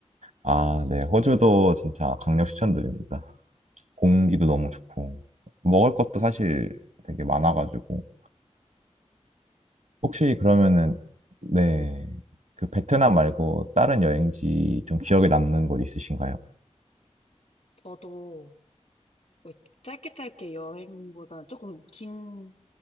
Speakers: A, on the right (about 80°); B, on the left (about 70°).
A: 아, 네, 호주도 진짜 강력 추천드립니다. 공기도 너무 좋고 먹을 것도 사실 되게 많아가지고 혹시
B: 음,
A: 그러면은 네, 그 베트남 말고 다른 여행지 좀 기억에 남는 곳 있으신가요?
B: 저도 그 짧게 짧게 여행보다 조금 긴,